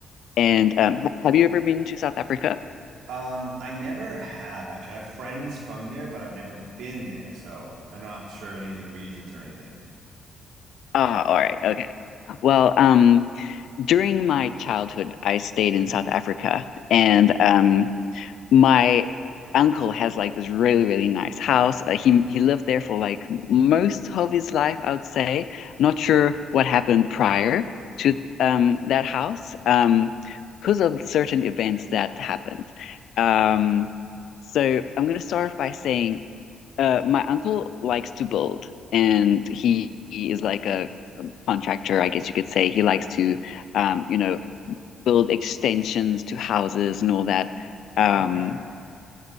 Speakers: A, on the left; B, on the right.
A: And um ha have you ever been to South Africa?
B: Um, I never have actually. I have friends from there, but I've never been there, so I'm not sure of any of the regions or anything.
A: Ah, all right, okay. Well, um during my childhood, I stayed in South Africa, and um, my uncle has like this really, really nice house. Uh, he he lived there for like most of his life, I would say. Not sure what happened prior to um that house, um, because of certain events that happened. Um, so I'm gonna start off by saying, uh, my uncle likes to build, and he, he is like a contractor, I guess you could say. He likes to, um, you know build extensions to houses and all that. Um,
B: Okay.